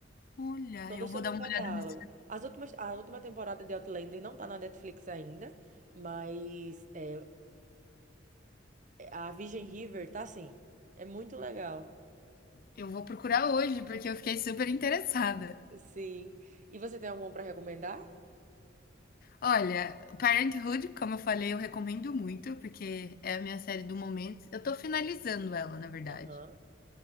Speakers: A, on the left (about 50°); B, on the right (about 40°).
A: Olha,
B: Todas
A: eu vou
B: estão no
A: dar uma
B: catálogo.
A: olhada nesse.
B: As últimas, a última temporada de Outlander não tá na Netflix ainda, mas é, a Virgin River tá sim. É muito legal.
A: Eu vou procurar hoje, porque eu fiquei super interessada.
B: Sim. E você tem alguma para recomendar?
A: Olha, Parenthood, como eu falei, eu recomendo muito, porque é a minha série do momento. Eu tô finalizando ela, na verdade.
B: Aham.